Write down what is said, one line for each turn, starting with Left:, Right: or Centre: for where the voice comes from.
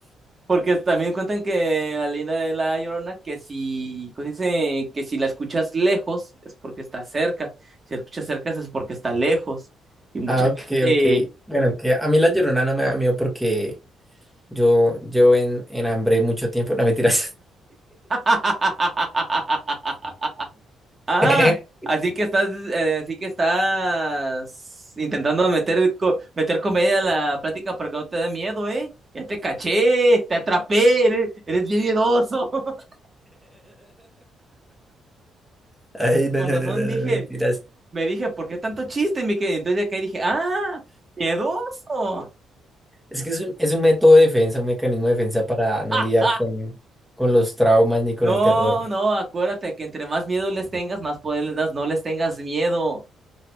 Right: Porque también cuentan que la leyenda de La Llorona, que si, ¿cómo se dice? Que si la escuchas lejos es porque está cerca. Si la escuchas cerca es porque está lejos. Y mucha
Centre: Ah, ok,
Right: gente...
Centre: ok. Bueno, que a mí la llorona no me da miedo porque yo, yo en, en hambre mucho tiempo, no me tiras.
Right: <laughs> Ah,
Centre: <laughs>
Right: así que estás, eh, así que estás intentando meter, co- meter comedia a la plática para que no te dé miedo, ¿eh? Ya te caché, te atrapé, eres, eres bien miedoso. <laughs>
Centre: Ay, no,
Right: Con
Centre: no,
Right: razón
Centre: no, no,
Right: dije,
Centre: no, mentiras.
Right: me dije, ¿por qué tanto chiste, mi querido? Entonces acá dije, ah, miedoso.
Centre: Es que es un, es un método de defensa, un mecanismo de defensa para no lidiar
Right: Ah,
Centre: con, con los traumas ni con
Right: no,
Centre: el terror.
Right: no, acuérdate que entre más miedo les tengas, más poder les das, no les tengas miedo.